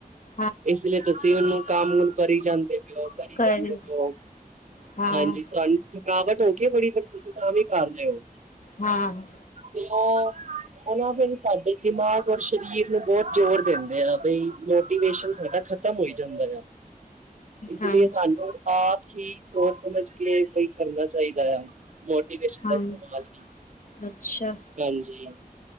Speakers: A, on the left; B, on the right.
A: ਹ- <inaudible>
B: ਇਸ ਲਈ ਤੁਸੀਂ ਉਹਨੂੰ ਕੰਮ ਕਰੀ ਜਾਂਦੇ ਪੇ ਹੋ। ਕਰੀ
A: ਕਰ
B: ਜਾਂਦੇ ਪੇ ਹੋ।
A: ਹਾਂ
B: ਹਾਂਜੀ, ਤੁਹਾਨੂੰ ਥਕਾਵਟ ਹੋ ਗਈ ਹੈ, ਬੜੀ ਪਰ ਤੁਸੀਂ ਤਾਂ ਵੀ ਕਰ ਰੇ ਹੋ।
A: ਹਾਂ।
B: ਤੇ ਉਹ ਅ ਉਹ ਨਾਂ, ਫਿਰ ਸਾਡੇ ਦਿਮਾਗ ਔਰ ਸਰੀਰ ਨੂੰ ਬਹੁਤ ਜ਼ੋਰ ਦਿੰਦੇ ਆ ਬਈ। ਮੋਟੀਵੇਸ਼ਨ ਸਾਡਾ ਖਤਮ ਹੋਈ ਜਾਂਦਾ ਆ ਇਸ
A: ਹਾਂਜੀ
B: ਲਈ ਸਾਨੂੰ ਆਪ ਹੀ ਸੋਚ -ਸਮਝ ਕੇ ਬਈ ਕਰਨਾ ਚਾਹੀਦਾ ਆ। ਮੋਟੀਵੇਸ਼ਨ
A: ਹਾਂ,
B: ਦਾ ਇਸਤੇਮਾਲ ਵੀ
A: ਅੱਛਾ।
B: ਹਾਂਜੀ।